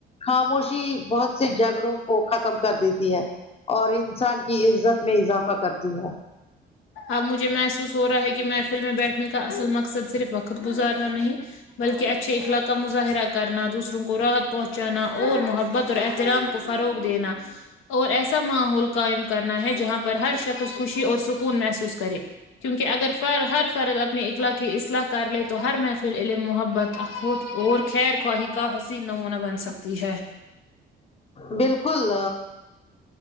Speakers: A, on the left (about 30°); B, on the left (about 85°).
A: خاموشی بہت سے جھگڑوں کو ختم کر دیتی ہے اور انسان کی عزت میں اضافہ کرتی ہے
B: اب مجھے محسوس ہو رہا ہے کہ محفل میں بیٹھنے کا اصل مقصد صرف وقت گزارنا نہیں بلکہ اچھے اخلاق کا مظاہرہ کرنا دوسروں کو راحت پہنچانا اور محبت اور احترام فروغ دینا اور ایسا ماحول قائم کرنا نا ہے جہاں پر ہر شخص خوشی اور سکون محسوس کرے کیونکہ اگر فر ہر فرد اپنے اخلاق کی اصلاح کر لے تو ہر محفل علم محبت خود اور خیر خواہ کا حسی نموونہ بن سکتی ہے
A: بالکل